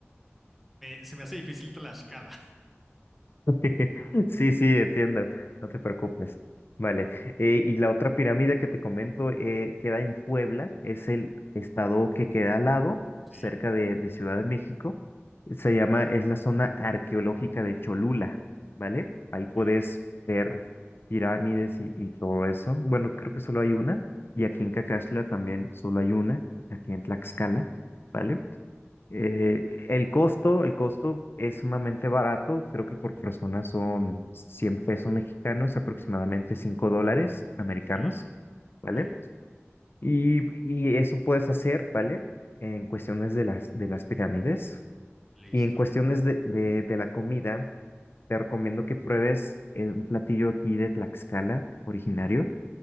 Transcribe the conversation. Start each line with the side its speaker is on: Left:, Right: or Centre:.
Centre: se me hace difícil Tlaxcala. <laughs>
Left: <laughs> Sí, sí, entiendo, no te preocupes. Vale, eh, y la otra pirámide que te comento eh, queda en Puebla, es el estado que queda al lado,
Centre: Sí,
Left: cerca de, de Ciudad de México. Se llama, es la zona arqueológica de Cholula, ¿vale? Ahí puedes
Centre: Ok,
Left: ver pirámides y, y todo eso. Bueno, creo que solo hay una, y aquí en Cacaxla también solo hay una, aquí en Tlaxcala,
Centre: sí,
Left: ¿vale? Eh, el costo, el costo es sumamente barato, creo que por persona son 100 pesos mexicanos, aproximadamente cinco dólares americanos,
Centre: ok,
Left: ¿vale?
Centre: ok,
Left: Y, y eso puedes hacer, ¿vale? En cuestiones de las, de las pirámides
Centre: listo.
Left: y en cuestiones de, de, de la comida, te recomiendo que pruebes eh, un platillo aquí de Tlaxcala, originario,